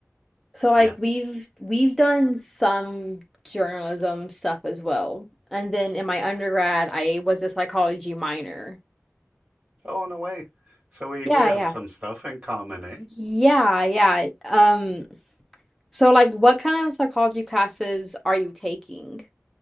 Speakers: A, in the centre; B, on the right (about 20°).
A: So like
B: Yeah.
A: we've we've done some journalism stuff as well. And then in my undergrad, I was a psychology minor.
B: Oh, no way. So we
A: Yeah,
B: we have
A: yeah.
B: some stuff in common, eh?
A: Yeah, yeah. Um, so like what kind of psychology classes are you taking?